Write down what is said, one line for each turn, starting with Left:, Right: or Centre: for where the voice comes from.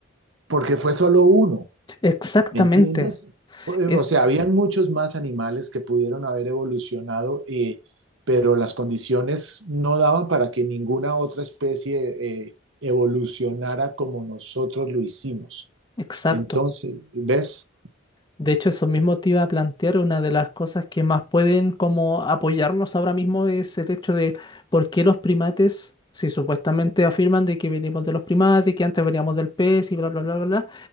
Right: porque fue solo uno.
Left: Exactamente.
Right: ¿Me entiendes? Pues,
Left: Es
Right: O eh, sea, habían muchos más animales que pudieron haber evolucionado, eh, pero las condiciones no daban para que ninguna otra especie eh, evolucionara como nosotros lo hicimos.
Left: exacto.
Right: Entonces, ¿ves?
Left: De hecho, eso mismo te iba a plantear, una de las cosas que más pueden como apoyarnos ahora mismo es el hecho de por qué los primates, si supuestamente afirman de que venimos de los primates, que antes veníamos del pez y bla, bla, bla, bla, bla,